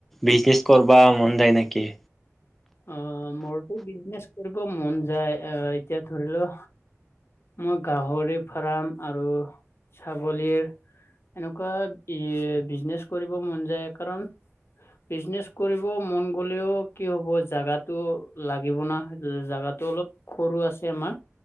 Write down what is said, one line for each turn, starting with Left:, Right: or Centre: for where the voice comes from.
Centre: বিজনেচ কৰিব মন যায় নেকি?
Left: অ', মোৰতো বিজনেচ কৰিব মন যায় আহ এতিয়া ধৰি লও মই গাহৰি ফাৰ্ম আৰু ছাগলীৰ এনেকুৱা ই বিজনেচ কৰিব মন যায় কাৰণ বিজনেচ কৰিব মন গ'লেও কি হ'ব, জোগাতটো লাগিব না। জাগাতো অলপ সৰু আছে আমাৰ।